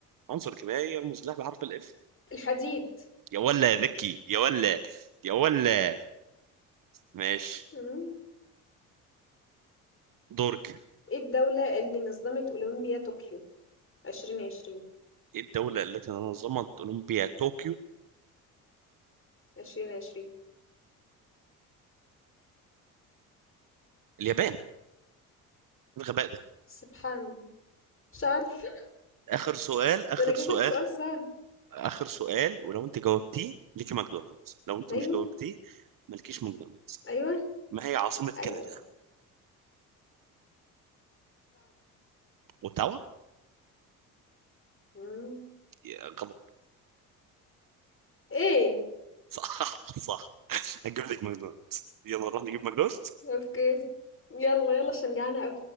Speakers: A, on the right; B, on the left.
A: عنصر كيميائي يرمز له بحرف الاف
B: الحديد
A: يا ولا ذكي يا ولا يا ولا ماشي
B: مم.
A: دورك
B: إيه الدولة اللي نظمت أولمبيا طوكيو عشرين عشرين
A: ايه الدولة التي نظمت اولمبيا طوكيو
B: عشرين عشرين
A: اليابان إيه الغباء ده
B: سبحان مش عارفة
A: اخر سؤال اخر
B: ده أنا أجيب
A: سؤال
B: لك سؤال سهل
A: اخر سؤال ولو انت جاوبتيه ليكي ماكدونالدز لو انت
B: أيوه
A: مش جاوبتيه مالكيش ماكدونالدز
B: أيوه
A: ما هي عاصمة
B: أيوه
A: كندا اوتاوا
B: دعوة
A: يا غلط
B: ايه
A: صح صح هتجيب لك ماكدونالدز يلا نروح نجيب ماكدونالدز
B: اوكي يلا يلا عشان جعانة اوي